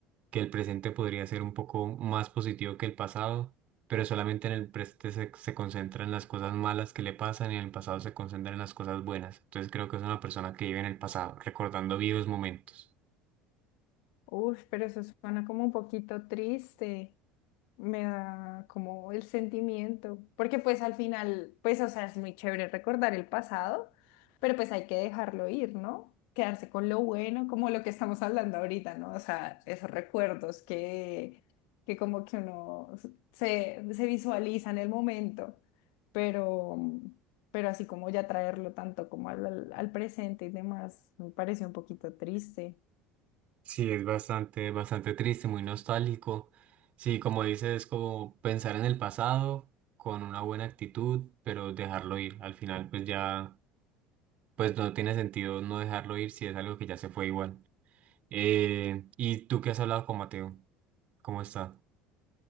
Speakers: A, on the right; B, on the left.
A: que el presente podría ser un poco más positivo que el pasado, pero solamente en el presente se, se concentra en las cosas malas que le pasan y en el pasado se concentra en las cosas buenas. Entonces creo que es una persona que vive en el pasado, recordando vivos momentos.
B: Uf, pero eso suena como un poquito triste. me da como el sentimiento, porque pues al final, pues o sea, es muy chévere recordar el pasado, pero pues hay que dejarlo ir, ¿no? Quedarse con lo bueno, como lo que estamos hablando ahorita, ¿no? O sea, esos recuerdos que, que como que uno se, se visualiza en el momento, pero, pero así como ya traerlo tanto como al, al al presente y demás, me parece un poquito triste.
A: Sí, es bastante, bastante triste, muy nostálgico. Sí, como dices, es como pensar en el pasado con una buena actitud, pero dejarlo ir. Al final, pues ya, pues no tiene sentido no dejarlo ir si es algo que ya se fue igual. Eh, ¿y tú qué has hablado con Mateo? ¿Cómo está?